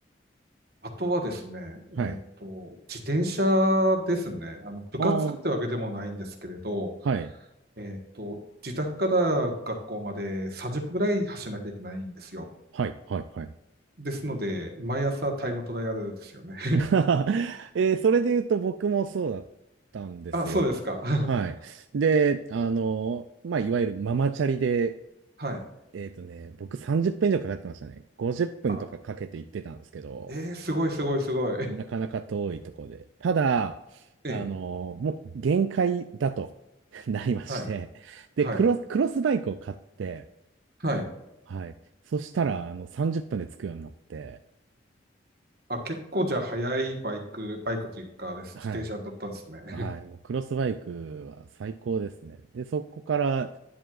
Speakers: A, on the right (about 55°); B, on the right (about 85°).
A: あとはですね、
B: はい。
A: えっ、と、自転車ですね。あの、部活ってわけでもないんですけれど、
B: ああ、はい、
A: えっ、と、自宅から学校まで30分ぐらい走らなきゃいけないんですよ。
B: はい、はい、はい。
A: ですので、毎朝タイムトライアルですよね。
B: <laughs> えーそれで言うと僕もそうだったんですよ。
A: <laughs> あ、そうですか。
B: はい。
A: <laughs>
B: で、あの、まあ、いわゆるママチャリで、
A: はい。
B: えっとね、僕30分以上かかってましたね。50分とかかけて行ってたんですけど、
A: あら、えー、すごいすごいすごい。
B: なかなか遠いとこで。ただ、
A: <laughs> ええ、
B: あの、もう限界だと <laughs> なりまして。
A: はい、
B: で、
A: はい、
B: クロス、クロスバイクを買って、
A: はい。
B: はい。そしたら、あの、30分で着くようになって、
A: あ、結構じゃあ速いバイク、バイクというかです、
B: はい。
A: 自転車だったんですね。
B: はい。もうクロスバイクは最高ですね。で、そこから